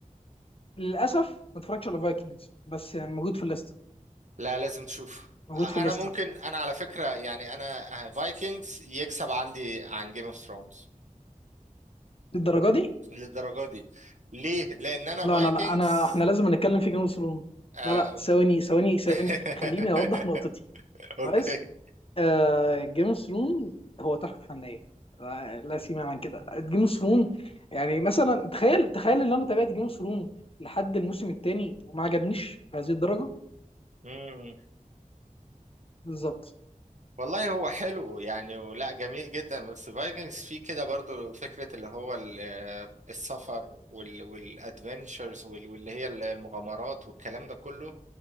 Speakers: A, on the left (about 40°); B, on the right (about 60°).
A: للاسف ما اتفرجتش على فايكنجز بس يعني موجود في الليسته
B: لا لازم تشوف
A: موجود
B: ع-
A: في الليسته
B: انا ممكن انا على فكرة يعني انا فايكنجز يكسب عندي عن جيم اوف ثرونز
A: للدرجه دي
B: للدرجة دي ليه لان انا
A: لا
B: فايكنجز
A: لا لا انا احنا لازم نتكلم في جيم اوف ثرونز
B: آه...
A: لا لا ثواني ثواني ثواني
B: <laughs>
A: خليني اوضح نقطتي
B: اوكي
A: كويس آه جيم اوف ثرونز هو تحفه فنيه آه، لا سيما عن كده جيم اوف ثرونز يعني مثلا تخيل تخيل ان انا تابعت جيم اوف ثرونز لحد الموسم الثاني وما عجبنيش بهذه الدرجه
B: مم.
A: بالظبط
B: والله هو حلو يعني ولا جميل جدا بس فايكنجز فيه كده برضو فكرة اللي هو ال- آه، السفر وال... والادفنتشرز وال... واللي هي المغامرات والكلام ده كله